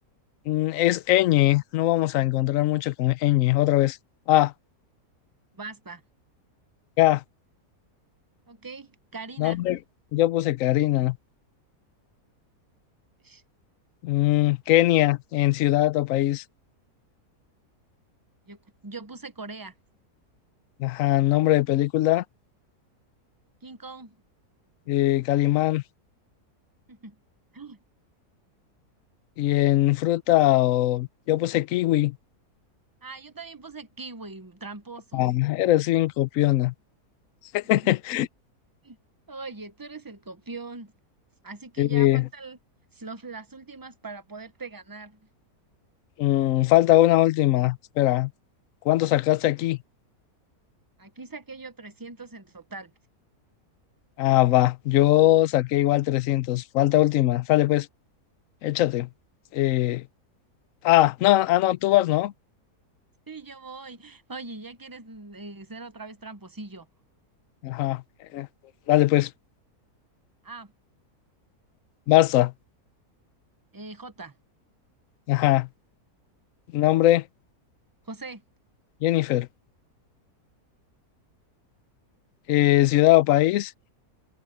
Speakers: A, on the left; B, on the right.
A: Mm, es ñ. No vamos a encontrar mucho con ñ. Otra vez. A,
B: Basta.
A: K.
B: Ok, Karina.
A: No, hombre, yo puse Karina.
B: Ish,
A: Mm, Kenia, en ciudad o país.
B: Yo, yo puse Corea.
A: Ajá, nombre de película.
B: King Kong.
A: eh, Calimán.
B: <laughs>
A: Y en fruta o... Yo puse kiwi.
B: Ah, yo también puse kiwi, tramposo.
A: Ah, eres bien copiona. <laughs>
B: <laughs> Oye, tú eres el copión. Así que
A: Eh,
B: ya faltan los, las últimas para poderte ganar.
A: mm, falta una última. Espera, ¿cuánto sacaste aquí?
B: Aquí saqué yo 300 en total.
A: Ah, va. Yo saqué igual trescientos Falta última. Sale pues, échate. Eh, ah, no, ah, no, tú vas, ¿no?
B: Sí, yo voy. Oye, ya quieres eh, ser otra vez tramposillo.
A: Ajá. Eh, dale pues,
B: Ah,
A: basta.
B: eh, J,
A: Ajá. Nombre,
B: José,
A: Jennifer. Eh, ciudad o país,